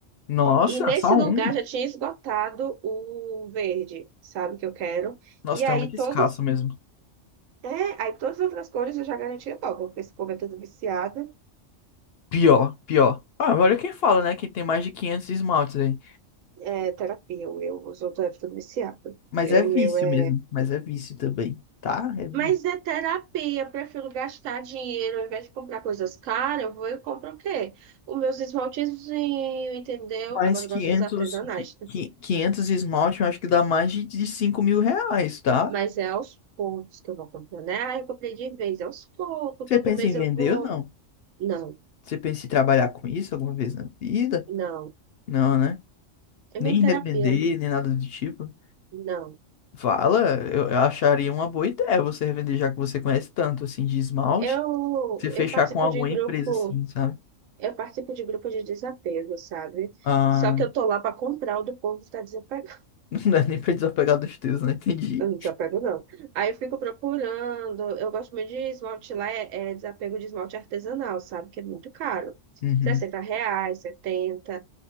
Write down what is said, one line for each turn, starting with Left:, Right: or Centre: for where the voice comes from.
Left: Nossa,
Right: E nesse
Left: só
Right: lugar
Left: um.
Right: já tinha esgotado o verde, sabe, que eu quero.
Left: Nossa,
Right: E
Left: tá
Right: aí
Left: muito
Right: todas,
Left: escasso mesmo.
Right: é, aí todas as outras cores eu já garanti logo, porque esse povo é tudo viciado.
Left: Pior, pior. Ah, olha quem fala, né? Quem tem mais de 500 esmaltes aí.
Right: É terapia, o meu, os outros é tudo viciado.
Left: Mas
Right: Eu,
Left: é vício
Right: o meu é.
Left: mesmo. Mas é vício também, tá? É vício.
Right: Mas é terapia, prefiro gastar dinheiro, ao invés de comprar coisas caras, eu vou e compro o quê? Os meus esmaltezinhos, entendeu?
Left: Mas
Right: Agora
Left: quinhentos
Right: eu gosto dos artesanais,
Left: qui-
Right: né?
Left: qui- 500 esmalte, eu acho que dá mais de de 5 mil reais, tá?
Right: Mas é aos poucos que eu vou comprando, né? Ah, eu comprei de vez, é aos poucos,
Left: Você
Right: todo
Left: pensa
Right: mês
Left: em vender
Right: eu vou.
Left: ou não?
Right: Não.
Left: Você pensa em trabalhar com isso alguma vez na vida?
Right: Não,
Left: Não, né?
Right: é
Left: Nem
Right: minha terapia.
Left: revender, nem nada do tipo.
Right: Não.
Left: Fala, eu, eu acharia uma boa ideia você revender, já que você conhece tanto, assim, de esmalte.
Right: Eu,
Left: Você fechar
Right: eu participo
Left: com alguma
Right: de grupo,
Left: empresa, assim, sabe?
Right: eu participo de grupo de desapego, sabe?
Left: Ah,
Right: Só que eu tô lá para comprar o do povo que tá desapegado. <laughs>
Left: <laughs> não dá nem pra desapegar dos teus, né? Entendi.
Right: Eu não desapego, não. Aí eu fico procurando. Eu gosto muito de esmalte lá, é, é desapego de esmalte artesanal, sabe? Que é muito caro.
Left: Uhum.
Right: sessenta reais, setenta,